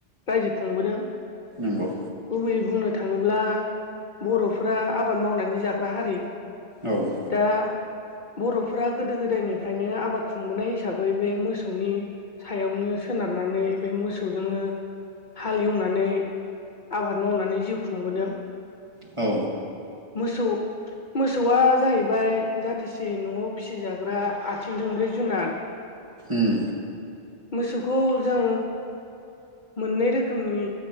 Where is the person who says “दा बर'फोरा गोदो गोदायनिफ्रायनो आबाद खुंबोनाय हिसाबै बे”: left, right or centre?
Left